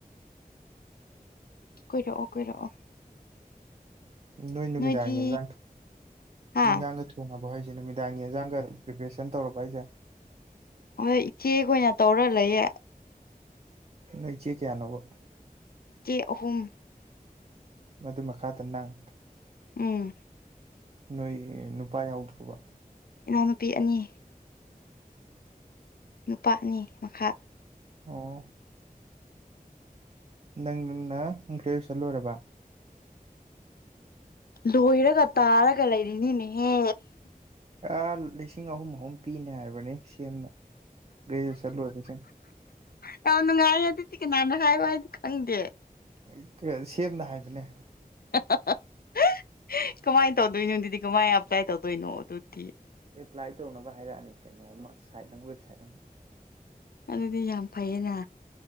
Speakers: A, on the left; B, on the right.
A: ꯀꯣꯏꯔꯛꯑꯣ ꯀꯣꯏꯔꯛꯑꯣ
B: ꯅꯣꯏ ꯅꯨꯃꯤꯗꯥꯡꯒꯤ
A: ꯅꯣꯏꯗꯤ
B: ꯌꯦꯟꯁꯥꯡ ꯊꯣꯡ
A: ꯍꯥ
B: ꯌꯦꯟꯖꯥꯡꯒ ꯊꯣꯡꯉꯕ ꯋꯥꯍꯩꯁꯦ ꯅꯨꯃꯤꯗꯥꯡꯒꯤ ꯌꯦꯟꯖꯥꯡꯒ ꯑꯗꯨꯝ ꯄ꯭ꯔꯤꯄꯦꯔꯦꯁꯟ ꯇꯧꯔꯕꯣ ꯍꯥꯢꯁꯦ
A: ꯍꯣꯏ ꯏꯆꯦꯈꯣꯏꯅ ꯇꯧꯔ ꯂꯩꯌꯦ
B: ꯅꯣꯏ ꯏꯆꯦ ꯀꯌꯥꯅꯣꯕ
A: ꯏꯆꯦ ꯑꯍꯨꯝ
B: ꯃꯗꯨ ꯃꯈꯥꯗ ꯅꯪ
A: ꯎꯝ
B: ꯅꯣꯏꯒꯤ ꯅꯨꯄꯥ ꯌꯥꯎꯗ꯭ꯔꯣꯕ
A: ꯏꯅꯥꯎꯅꯨꯄꯤ ꯑꯅꯤ ꯅꯨꯄꯥ ꯑꯅꯤ ꯃꯈꯥ
B: ꯑꯣ ꯅꯪ ꯅ ꯒ꯭ꯔꯦꯖꯨꯋꯦꯁꯟ ꯂꯣꯏꯔꯕ
A: ꯂꯣꯏꯔꯒ ꯇꯥꯔꯒ ꯂꯩꯔꯤꯅꯤꯅꯦꯍꯦ
B: ꯑꯥ ꯂꯤꯁꯤꯡ ꯑꯍꯨꯝ ꯑꯍꯨꯝ ꯄꯤꯅꯤ ꯍꯥꯏꯕꯅꯦ ꯁꯤ ꯑꯦꯝꯅ ꯒ꯭ꯔꯦꯖꯨꯋꯦꯁꯟ ꯂꯣꯏꯕꯖꯤꯡ
A: ꯌꯥꯝ ꯅꯨꯡꯉꯥꯏꯌꯦ ꯑꯗꯨꯗꯤ ꯀꯅꯥꯅ ꯍꯥꯏꯕ ꯍꯥꯏꯗꯤ ꯈꯪꯗꯦ
B: ꯍꯩꯛ ꯀꯩ ꯁꯤꯑꯦꯝꯅ ꯍꯥꯏꯕꯅꯦ
A: ꯍ ꯍ ꯍ ꯀꯃꯥꯏꯅ ꯇꯧꯗꯣꯏꯅꯣ ꯑꯗꯨꯗꯤ ꯀꯃꯥꯏꯅ ꯑꯦꯞꯄ꯭ꯂꯥꯏ ꯇꯧꯗꯣꯏꯅꯣ ꯑꯗꯨꯗꯤ
B: ꯑꯦꯄ꯭ꯂꯥꯏ ꯇꯧꯅꯕ ꯍꯥꯏꯔꯛꯑꯅꯤ ꯀꯩꯅꯣꯝꯃ ꯁꯥꯏꯠ ꯑꯃ ꯋꯦꯕꯁꯥꯏꯠ ꯑꯃ
A: ꯑꯗꯨꯗꯤ ꯌꯥꯝ ꯐꯩꯌꯦꯅ